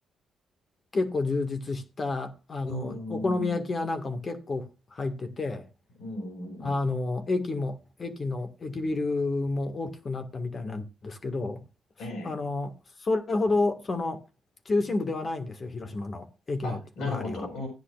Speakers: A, on the left; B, on the left.
A: 結構充実した、あの、
B: うんうん
A: お好み焼き屋なんかも結構入ってて、
B: うんうんうんうん
A: あの駅も駅の駅ビルも大きくなったみたいなんですけど、そあのそれほどその中心部ではないんですよ、
B: ええ。
A: 広島の駅の周りは。
B: あ、なるほど。